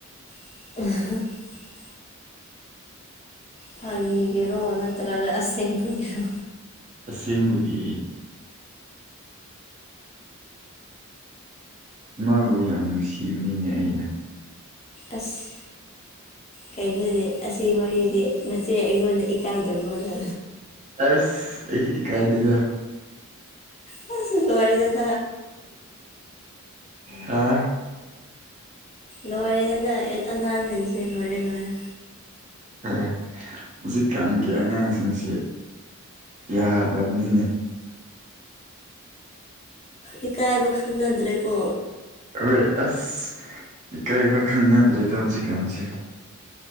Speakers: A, on the left; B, on the right.
A: <unintelligible> ꯐꯥꯒꯤꯒꯤꯔꯣ ꯅꯠꯇ꯭ꯔꯒ ꯑꯁꯦꯡꯕꯒꯤꯔꯣ
B: ꯑꯁꯦꯡꯕꯒꯤ ꯃꯥꯕꯨ ꯌꯥꯝ ꯅꯨꯡꯁꯤꯕꯅꯤꯅꯦ ꯑꯩꯅ
A: ꯑꯁ ꯀꯩꯒꯣꯦ ꯑꯁꯤ ꯋꯥꯔꯤꯗꯤ ꯃꯆꯦ ꯑꯩꯉꯣꯟꯗ ꯏꯀꯥꯏꯗꯕꯅ
B: ꯑꯁ ꯏ ꯀꯥꯏꯗꯦꯗ
A: ꯑ ꯂ ꯋꯥꯔꯤꯗ
B: ꯑ
A: ꯂꯣꯏꯔꯦꯗꯅ ꯑꯉꯥꯡꯁꯤꯡꯁꯦ ꯂꯣꯏꯔꯦ ꯂꯣꯏꯔꯦ
B: ꯍ ꯍꯧꯖꯤꯛꯀꯥꯟꯒꯤ ꯑꯉꯥꯡꯁꯤꯡꯁꯤ ꯀꯤꯗꯕꯅꯤꯅꯦ
A: ꯏꯀꯥꯏꯕ ꯈꯪꯅꯗ꯭ꯔꯦꯀꯣ
B: ꯍꯣꯏ ꯑꯁ ꯏꯀꯥꯏꯕ ꯈꯪꯅꯗ꯭ꯔꯦꯗ ꯍꯧꯖꯤꯛꯀꯥꯟꯁꯦ